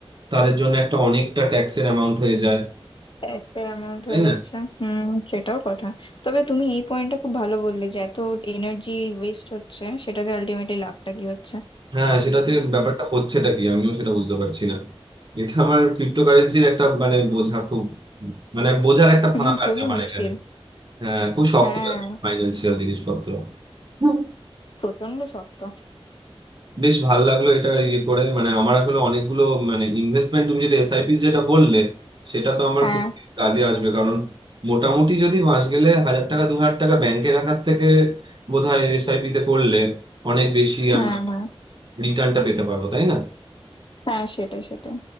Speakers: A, on the right (about 50°); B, on the left (about 55°).
A: তাদের জন্য একটা অনেকটা ট্যাক্সের অ্যামাউন্ট হয়ে যায়
B: একটা অ্যামাউন্ট
A: তাই
B: হয়ে
A: না
B: যাচ্ছে হুম সেটাও কথা তবে তুমি এই পয়েন্টটা খুব ভালো বললে যে এত এনার্জি ওয়েস্ট হচ্ছে সেটাতে আলটিমেটলি লাভটা কি হচ্ছে
A: হ্যাঁ সেটাতে ব্যাপারটা হচ্ছেটা কি আমিও সেটা বুঝতে পারছি না এটা আমার ক্রিপ্টোকারেন্সির একটা মানে বোঝা খুব মানে বোঝার একটা
B: হুম
A: ফাঁক
B: খুবই
A: আছে আমার
B: মুশকিল
A: এখানে হ্যাঁ খুব শক্ত
B: হ্যাঁ
A: ফাইন্যান্সিয়াল জিনিসপত্র হুম।
B: প্রচন্ড শক্ত
A: বেশ ভালো লাগলো এটা ইয়ে করে মানে আমার আসলে অনেকগুলো মানে ইনভেস্টমেন্ট তুমি যেটা এসআইপি যেটা বললে সেটা তো আমার
B: হ্যাঁ
A: খুব কাজে আসবে কারণ মোটামুটি যদি মাস গেলে হাজার টাকা দু হাজার টাকা ব্যাংকে রাখার থেকে বোধহয় এসআইপি তে করলে অনেক বেশি
B: হ্যাঁ
A: আমরা
B: হ্যাঁ
A: রিটার্নটা পেতে পারবো তাই না
B: হ্যাঁ, সেটাই সেটাই।